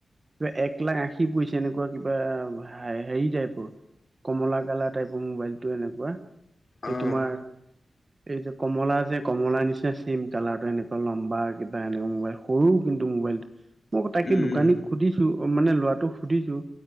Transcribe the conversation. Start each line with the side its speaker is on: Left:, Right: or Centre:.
Right: কিবা এক লাখ আশী পইচা এনেকুৱা কিবা হেৰি টাইপৰ৷ কমলা কালাৰ টাইপৰ মোবাইলটো এনেকুৱা,
Left: অ
Right: এই তোমাৰ এই যে কমলা যে কমলা নিচে চেম কালাৰটো এনেকুৱা লম্বা কিবা এ মোবাইল সৰু কিন্তু মোবাইলটো মই তাকে
Left: উম
Right: দোকানীক
Left: উম
Right: সুধিছো, মানে লৰাটো সুধিছো।